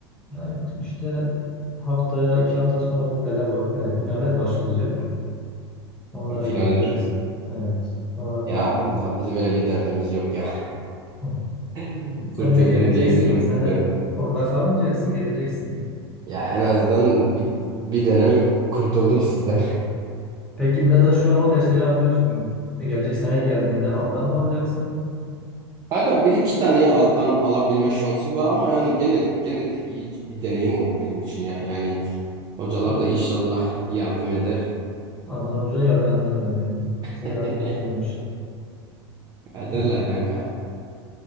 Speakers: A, in the centre; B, on the right (about 25°).
A: Ya gittim işte haftaya iki hafta sonra vizeler var, e, finaller başlayacak. Onlara
B: Finaller.
A: gireceğiz. Evet. Sonra zaten
B: Ya zaten bizim öyle bir derdimiz yok ya.
A: <laughs>
B: <laughs>
A: sen
B: Kurtuldum
A: de geleceksin
B: diyebilirim
A: mi? Sen
B: bu
A: hep
B: dönem.
A: orada kalmayacaksın, geleceksin.
B: Ya en azından bir, bir dönem kurtuldum sizden.
A: Peki mesela şu an o dersleri alıyorsun. E, Gelecek sene geldiğinde alttan mı alacaksın?
B: Kanka bir iki taneyi alttan alabilme şansım var ama yani gene gene de iyi bir deneyim oldu benim için ya. Yani Hocalar
A: A-
B: da inşallah yardım eder.
A: Adnan Hoca yardım etmek bence. Kimse
B: <laughs>
A: yardım etmiyormuş.
B: Ederler
A: <laughs>
B: kanka.